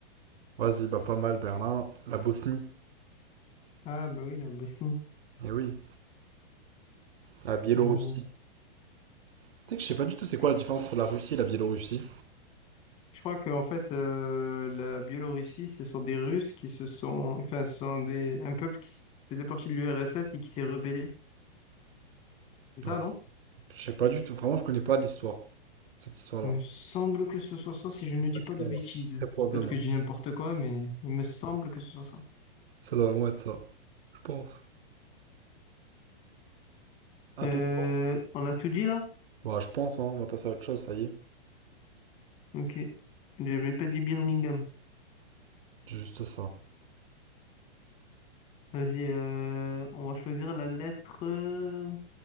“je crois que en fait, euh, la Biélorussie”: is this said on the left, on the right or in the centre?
Left